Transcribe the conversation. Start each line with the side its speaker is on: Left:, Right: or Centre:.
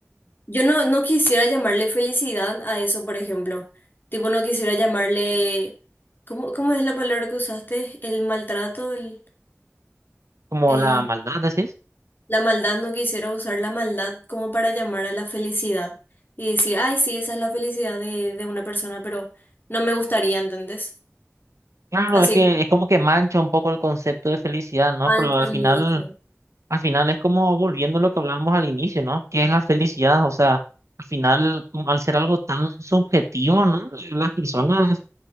Left: Yo no, no quisiera llamarle felicidad a eso, por ejemplo. Tipo, no quisiera llamarle... ¿Cómo, cómo es la palabra que usaste? El maltrato, el...
Right: Como
Left: eh,
Right: la maldad, decís.
Left: La maldad no quisiera usar la maldad como para llamar a la felicidad y decir, ay, sí, esa es la felicidad de, de una persona, pero no me gustaría, ¿entendés?
Right: Claro,
Left: Así
Right: es que
Left: que
Right: es como que mancha un poco el concepto de felicidad, ¿no?
Left: mancha
Right: Pero al final,
Left: mucho.
Right: al final es como volviendo a lo que hablábamos al inicio, ¿no? ¿Qué es la felicidad? O sea, al final, como al ser algo tan subjetivo, ¿no? Las personas
Left: Sí.